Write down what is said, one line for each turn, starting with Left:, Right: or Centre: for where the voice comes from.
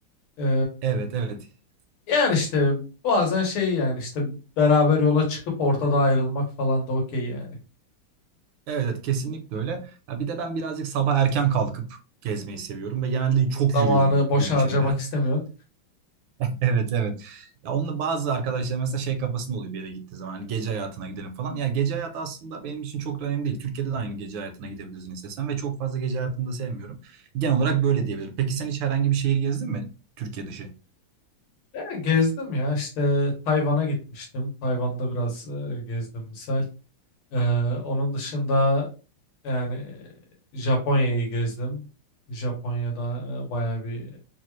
Left: E,
Right: Evet evet
Left: Yani işte bazen şey yani işte beraber yola çıkıp ortada ayrılmak falan da okey yani.
Right: Evet, evet kesinlikle öyle. Ya bir de ben birazcık sabah erken kalkıp gezmeyi seviyorum ve genelde çok
Left: Zamanı
Right: yürüyorum
Left: boşa
Right: gün içinde.
Left: harcamak istemiyorsun.
Right: <laughs> Evet evet. Ya onunla bazı arkadaşlar mesela şey kafasında oluyor bir yere gittiği zaman hani gece hayatına gidelim falan. Ya gece hayatı aslında benim için çok da önemli değil. Türkiye'de de aynı gece hayatına gidebilirsin istesen ve çok fazla gece hayatını da sevmiyorum. Genel olarak böyle diyebilirim. Peki sen hiç herhangi bir şehir gezdin mi Türkiye dışı?
Left: Yani gezdim ya işte Tayvan'a gitmiştim. Tayvan'da biraz e, gezdim misal. Ee, onun dışında yani e, Japonya'yı gezdim. Japonya'da e, bayağı bir e,